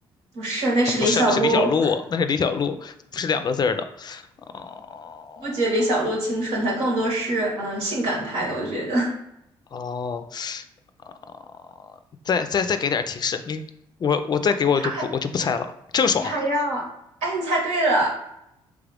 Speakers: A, on the right; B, on the left.
A: 不是，那是李小璐，
B: 啊不是，那是李小璐，那是李小璐，不是两个字儿的。哦
A: 不觉得李小璐青春，她更多是嗯性感派的，我觉得。
B: 哦，哦，再再再给点提示，你我我再给我就不我就不猜了。
A: <laughs>
B: 郑爽，
A: 你还要，哎，你猜对了，